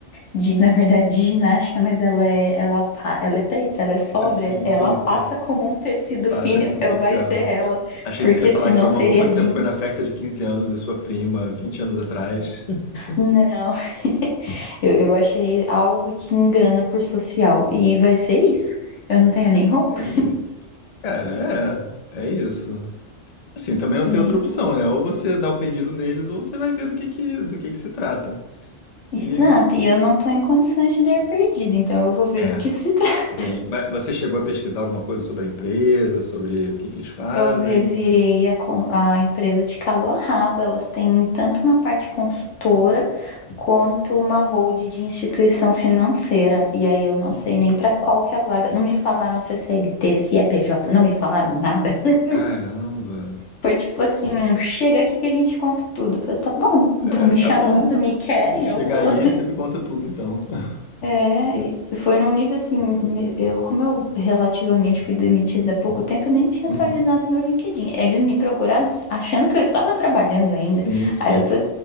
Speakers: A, on the left (about 65°); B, on the left (about 50°).
A: de, na verdade, de ginástica, mas ela é, ela, pa- ela é preta, ela é sóbria,
B: Sim,
A: ela
B: sim,
A: passa
B: sim.
A: como um tecido
B: Passa
A: fino.
B: como
A: Eu
B: social.
A: vai ser ela,
B: Achei
A: porque
B: que você ia falar
A: senão
B: que foi uma
A: seria
B: roupa que
A: jeans.
B: você foi na festa de 15 anos da sua prima, 20 anos atrás. <laughs>
A: Não, <laughs> eu, eu achei algo que engana por social e vai ser isso. Eu não tenho nem roupa.
B: Entendi. Cara, é, é isso. Assim, também não
A: né?
B: tem outra opção, né? Ou você dá o perdido neles, ou você vai ver do que que, do que que se trata. E
A: Exato, e eu não tô em condições de dar perdida, então eu vou ver
B: é,
A: do que se trata.
B: sim.
A: <laughs>
B: Mas você chegou a pesquisar alguma coisa sobre a empresa, sobre o que que eles fazem?
A: Eu revirei a, com- a empresa de cabo a rabo, elas têm tanto uma parte consultora quanto uma hold de instituição financeira. E aí eu não
B: Hum,
A: sei nem pra qual que é a vaga. Não me falaram se é CLT, se é PJ, não me falaram nada. <laughs>
B: caramba.
A: Foi tipo assim, um, chega aqui que a gente conta tudo. Eu falei, tá bom, então
B: É,
A: me
B: tá
A: chamando,
B: bom.
A: me querem,
B: Vou chegar
A: eu vou.
B: aí e você me conta tudo então. <laughs>
A: É, e foi num nível assim, me- eu, como eu relativamente fui demitida há pouco tempo, eu nem tinha
B: Uhum.
A: atualizado meu LinkedIn. Eles me procuraram achando que eu estava trabalhando ainda.
B: Sim, sim.
A: Aí eu tô,